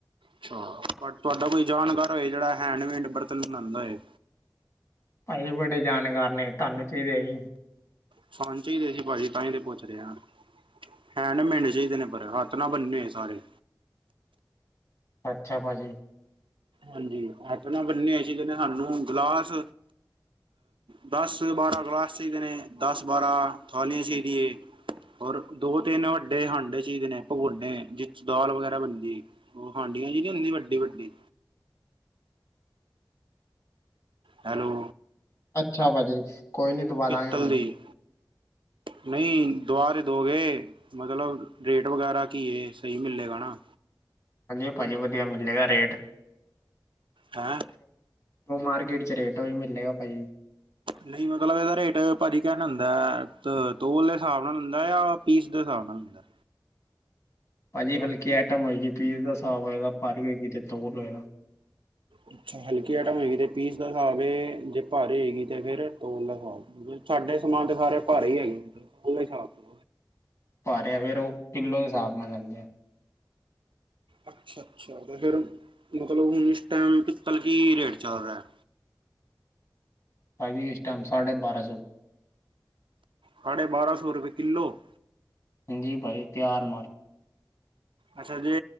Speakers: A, on the right; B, on the left.
A: ਅਛਾ, ਤੁਹਾਡਾ ਕੋਈ ਜਾਣਕਾਰ ਹੋਏ, ਜਿਹੜਾ ਹੈਂਡਮੇਡ ਬਰਤਨ ਬਣਾਦਾ ਐ।
B: ਪਾਜੀ ਬੜੇ ਜਾਨਕਾਰ ਨੇ, ਤਾਨੂੰ ਚਾਈਦੇ ਐ ਜੀ?
A: ਸਾਨੁ ਚਾਈਦੇ ਜੀ ਪਾਜੀ, ਤਾਂਈਉ ਤੇ ਪੁੱਛ ਰਿਆ? ਹੈਂਡ ਮੇਡ ਚਾਹੀਦੇ ਨੇ ਹੱਥ ਨਾਲ ਬੰਨੇ ਆ ਸਾਰੇ।
B: ਅੱਛਾ ਪਾਜੀ
A: ਹਾਂਜੀ, ਹੱਥ ਨਾਲ ਬੰਨੇ ਆ ਜੀ ਨਿਹਾਨੂ ਹੁਣ ਗਿਲਾਸ ਦਸ, ਬਾਰਾਂ ਗਲਾਸ ਚਾਹੀਦੇ ਨੇ, ਦਸ ਬਾਰਾਂ ਥਾਲੀਆਂ ਚਾਹੀਦੀਆਂ ਏ। ਹੋਰ ਦੋ ਤਿੰਨ ਵੱਡੇ ਹਾਂਡੇ ਚਾਈਦੇ ਨੇ, ਪਗੋਨੇ ਜਿਸ ਦਾਲ ਵਗੈਰਾ ਬਣਦੀ, ਉਹ ਹਾਂਡੀਆਂ ਜੀ ਨੀ ਹੁੰਦੀ ਵੱਡੀ- ਵੱਡੀ ਹੈਲੋ
B: ਅੱਛਾ ਪਾਜੀ, ਕੋਈ ਨੀ ਦਵਾ
A: ਪਿੱਤਲ
B: ਦਾਂਗੇ ਪਾਜੀ।
A: ਦੀ ਨਹੀਂ ਦੁਆ ਤੇ ਦੋਗੇ, ਮਤਲਬ ਰੇਟ ਵਗੈਰਾ ਕੀ ਐ? ਸਹੀ ਮਿਲੇਗਾ ਨਾ?
B: ਹਾਂਜੀ ਪਾਜੀ, ਵਧੀਆ ਮਿਲੇਗਾ ਰੇਟ
A: ਹੈਂ।
B: ਉਹ ਮਾਰਕੀਟ ਚ ਰੇਟ ਵੀ ਮਿਲਲੇਗਾ ਪਾਜੀ।
A: ਨਹੀਂ ਮਤਲਬ ਇਹਦਾ ਰੇਟ ਪਾਜੀ ਕਿਹਵੇ ਹੁੰਦਾ, ਤੋਲ ਦੇ ਹਿਸਾਬ ਨਾਲ ਹੁੰਦਾ ਜਾਂ ਪੀਸ ਦੇ ਹਿਸਾਬ ਨਾਲ ਹੁੰਦਾ?
B: ਪਾਜੀ ਹਲਕੀ ਆਈਟਮ ਹੋਏਗੀ ਪੀਜ਼ ਦਾ ਹਿਸਾਬ ਹੋਏਗਾ, ਭਾਰੀ ਹੋਏਗੀ ਤੇ ਤੋਲ ਹੋਏਗਾ।
A: ਅੱਛਾ, ਹਲਕੀ ਆਈਟਮ ਹੋਏਗੀ ਤੇ ਪੀਸ ਦਾ ਸਾਬ ਹੈ, ਜੇ ਭਾਰੀ ਹੋਏਗੀ ਤੇ ਫਿਰ ਤੋਲ ਦਾ ਸਾਬ ਸਾਡੇ ਸਮਾਨ ਤੇ ਸਾਰੇ ਭਾਰੇ ਹੀਈ ਹੈਗੇ, ਉਹਦੇ ਹਸਾਬ ਤੋਂ
B: ਭਾਰੇ ਅ ਫੇਰ ਉਹ ਕਿੱਲੋ ਦੇ, ਸਾਬ ਨਾਲ ਲੈਂਦੇ ਆ
A: ਅੱਛਾ-ਅੱਛਾ ਤੇ ਫਿਰ ਮਤਲਬ ਹੁਣ ਇਸ ਟਾਈਮ ਪਿੱਤਲ ਕੀ ਰੇਟ ਚੱਲ ਰਿਆ।
B: ਪਾਜੀ ਇਸ ਟਾਈਮ ਸਾਢੇ ਬਾਰਾਂ ਸੌ
A: ਸਾਢੇ ਬਾਰਾਂ ਸੌ ਰੁਪਏ ਕਿੱਲੋ?
B: ਹਾਂਜੀ ਪਾਜੀ ਤਿਆਰ ਮਾਲ
A: ਅੱਛਾ ਜੇ